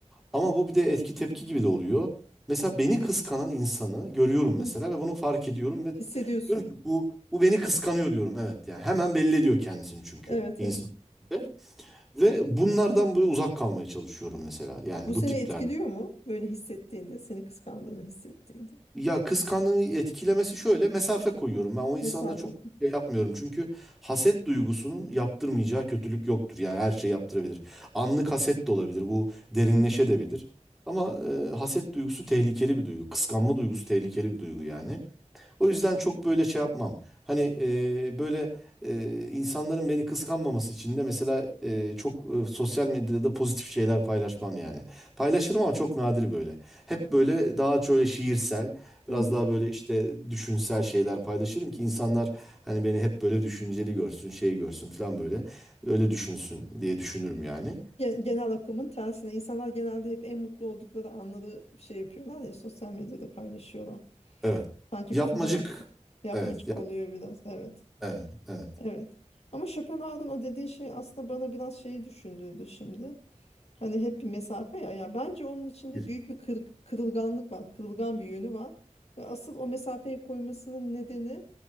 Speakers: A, in the centre; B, on the left (about 55°).
A: Ama bu bir de etki tepki gibi de oluyor. Mesela beni kıskanan insanı görüyorum
B: hı
A: mesela
B: hı.
A: ve bunu fark ediyorum ve
B: Hissediyorsun.
A: diyorum ki bu bu beni kıskanıyor diyorum. Evet yani hemen belli ediyor kendisini çünkü
B: Evet,
A: insan.
B: evet.
A: Ve ve bunlardan böyle uzak kalmaya çalışıyorum mesela. Yani
B: Bu seni
A: bu tipler.
B: etkiliyor mu? Böyle hissettiğinde, seni kıskandığını hissettiğinde.
A: Ya kıskançlığı etkilemesi şöyle mesafe koyuyorum. Ben o insanla
B: Mesafe
A: çok
B: koy.
A: şey yapmıyorum. Çünkü haset duygusunun yaptırmayacağı kötülük yoktur. Yani her şey yaptırabilir. Anlık haset de olabilir. Bu derinleşebilir.
B: Hı hı,
A: Ama e, haset duygusu tehlikeli bir duygu. Kıskanma duygusu tehlikeli bir duygu yani. O yüzden çok böyle şey yapmam. Hani e, böyle e, insanların beni kıskanmaması için de mesela e, çok e, sosyal medyada da pozitif şeyler paylaşmam yani. Paylaşırım ama çok nadir böyle. Hep böyle daha şöyle şiirsel, biraz
B: hı hı.
A: daha böyle işte düşünsel şeyler paylaşırım ki insanlar hani beni hep böyle düşünceli görsün, şey görsün falan böyle. Öyle düşünsün diye düşünürüm yani.
B: Gen- Genel akımın tersine. İnsanlar genelde hep en mutlu oldukları anları şey yapıyorlar ya, sosyal medyada paylaşıyorlar.
A: Evet.
B: Sanki
A: Yapmacık.
B: bütün hayat yapmacık
A: Evet. Ya,
B: oluyor biraz. Evet.
A: evet. Evet.
B: Evet. Ama Schopenhauer'ın o dediği şey aslında bana biraz şeyi düşündürdü şimdi. Hani hep bir mesafe ya. Ya bence onun içinde
A: Evet.
B: büyük bir kır- kırılganlık var. Kırılgan bir yönü var. Ve asıl o mesafeyi koymasının nedeni